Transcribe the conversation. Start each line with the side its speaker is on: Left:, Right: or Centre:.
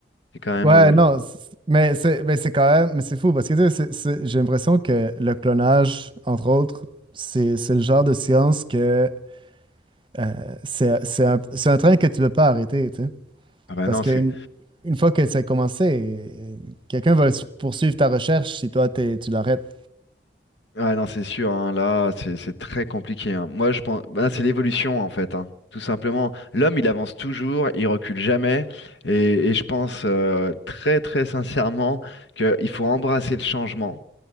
Left: c'est quand même.
Right: ouais,
Left: euh, le-
Right: non, c- c- mais c'est mais c'est quand même, mais c'est fou parce que tu sais, c'est- c'est- j'ai l'impression que le clonage, entre autres, c'est c'est le genre de science que euh, c'est c'est un, c'est un train que tu ne peux pas arrêter, tu sais.
Left: Ah bah
Right: Parce
Left: non,
Right: qu'une
Left: c'est
Right: une fois que ça a commencé, quelqu'un va s- poursuivre ta recherche si toi t'es- tu l'arrêtes.
Left: Ouais, non, c'est sûr, hein, là, c'est c'est très compliqué. hein. Moi, je pense, bah, c'est l'évolution, en fait, hein, tout simplement. L'homme, il avance toujours, il recule jamais, et, et je pense euh, très, très sincèrement qu'il faut embrasser le changement.